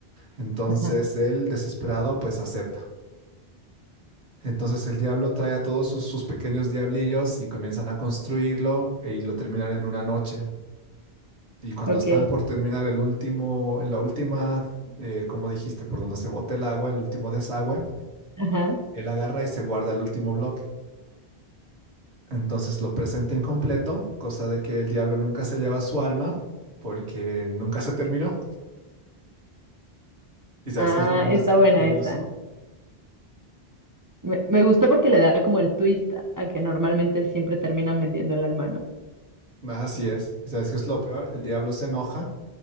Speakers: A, on the right (about 80°); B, on the right (about 20°).
A: Entonces
B: ajá,
A: él, desesperado, pues acepta. Entonces el diablo trae a todos sus, sus pequeños diablillos y comienzan a construirlo eh, y lo terminan en una noche. Y cuando
B: ok,
A: están por terminar el último, la última, eh, como dijiste, por donde se bota el agua, el último desagüe,
B: ajá.
A: él agarra y se guarda el último bloque. Entonces lo presenta incompleto, cosa de que el diablo nunca se lleva su alma porque nunca se terminó. ¿Y sabes
B: Ah,
A: qué es lo más
B: está buena
A: curioso?
B: esa. Me, me gustó porque le da como el twist a que normalmente siempre terminan vendiendo el alma, ¿no?
A: Así es. ¿Y sabes qué es lo peor? El diablo se enoja